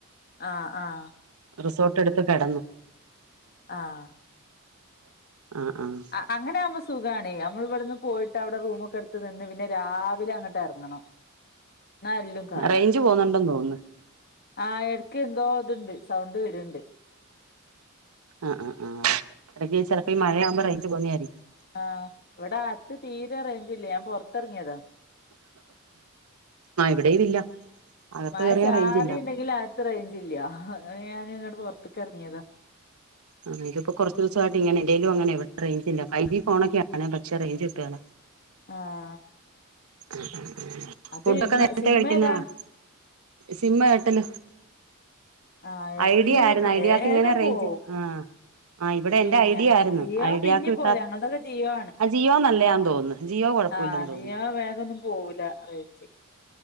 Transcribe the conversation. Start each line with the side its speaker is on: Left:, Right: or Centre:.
Left: ആഹ് ആഹ്
Right: റിസോർട്ട് എടുത്ത് കിടന്നു
Left: ആഹ്
Right: ആഹ് ആഹ്
Left: അ അങ്ങനെ ആമ്പോ സുഖമാണ് നമ്മിവിടുന്ന് പോയിട്ട് അവിടെ റൂമൊക്കെ എടുത്ത് നിന്ന് പിന്നെ രാവിലെ അങ്ങട്ട് ഇറങ്ങണം എന്നാ എല്ലാം കാണാം
Right: റേഞ്ച് പോകുന്നുണ്ടെന്ന് തോന്നുന്നു
Left: ആഹ് ഇടക്ക് എന്തോ ഇതുണ്ട് സൗണ്ട് വരുന്നുണ്ട്
Right: ആ ആ ആ ഇടക്ക് ചിലപ്പോ ഈ മഴയാവുമ്പോ റേഞ്ച് പോന്നതായിരിക്കും
Left: ആഹ് ഇവിടെ അകത്ത് തീരെ റേഞ്ചില്ല ഞാൻ പൊറത്തിറങ്ങിയതാ
Right: ആഹ് ഇവിടെയും ഇല്ല അകത്ത്
Left: മഴ
Right: കയറിയാ
Left: ചാറിയുണ്ടങ്കിൽ
Right: റേഞ്ച് ഇല്ല
Left: അകത്ത്‌ റേഞ്ചില്ല ഞാൻ ഇങ്ങോട്ട് പുറത്തേക്കിങ്ങിയതാ
Right: ആഹ് ഇതിപ്പോ കുറച്ച് ദിവസമായിട്ട് ഇങ്ങനെ എന്റേലും അങ്ങനെ ഇവിടെ റേഞ്ചില്ല ഫൈവ് ജി ഫോണൊക്കെയാണ് പക്ഷ റേഞ്ച് കിട്ടുവേല
Left: ആഹ്
Right: ആ ആ ആ
Left: അത്
Right: ഫുഡൊക്കെ
Left: ഇങ്ങ
Right: നേരത്തെ
Left: സിം
Right: കഴിക്കുന്നതാണോ
Left: ഏതാ
Right: സിമ്മ് എയർടെൽ
Left: ആ എയർടെലിന്
Right: ഐഡിയ ആയിരുന്നു
Left: വേഗം
Right: ഐഡിയാക്ക്‌ ഇങ്ങനെ റേഞ്ച്
Left: പോവും
Right: ആഹ് ആഹ് ഇവിടെ എന്റെ
Left: പിന്നെ
Right: ഐഡിയ
Left: ഞ
Right: ആയിരുന്നു
Left: ജിയോ
Right: ഐഡിയാക്ക്‌
Left: പിന്നെയും
Right: കിട്ടാ
Left: പോവൂല ഞങ്ങളതൊക്കെ ജിയോ
Right: ആ ജിയോ നല്ലയാന്ന് തോന്നുന്നു ജിയോ കുഴപ്പമില്ലെന്ന്
Left: ആഹ് ജിയോ
Right: തോന്നുന്നു
Left: വേഗം ഒന്നും പോവൂല്ല റേഞ്ച്